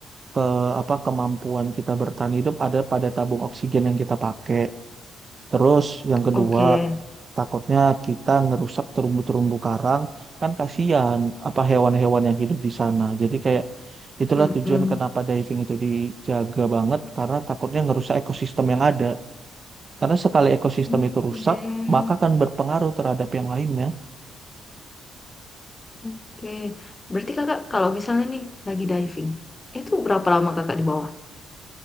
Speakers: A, on the right; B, on the left.
A: ke apa kemampuan kita bertahan hidup ada pada tabung oksigen yang kita pakai. Terus yang kedua,
B: oke.
A: takutnya kita ngerusak terumbu-terumbu karang, kan kasihan apa hewan-hewan yang hidup di sana. Jadi kayak itulah
B: Mm-mm.
A: tujuan kenapa diving itu dijaga banget karena takutnya ngerusak ekosistem yang ada. Karena sekali ekosistem
B: Oke,
A: itu rusak, maka akan berpengaruh terhadap yang lainnya.
B: oke. Berarti kakak kalau misalnya nih lagi diving, itu berapa lama kakak di bawah?